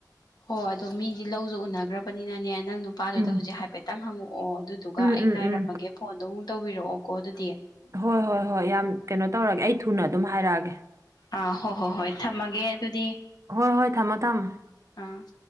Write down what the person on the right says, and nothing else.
ꯎꯝ
ꯎꯝ
ꯎꯝ
ꯎꯝ
ꯍꯣꯏ ꯍꯣꯏ ꯍꯣꯏ ꯌꯥꯝ ꯀꯩꯅꯣ ꯇꯧꯔꯒꯦ ꯑꯩ ꯊꯨꯅ ꯑꯗꯨꯝ ꯍꯥꯏꯔꯛꯑꯒꯦ
ꯍꯣꯏ ꯍꯣꯏ ꯊꯝꯃꯣ ꯊꯝꯃꯣ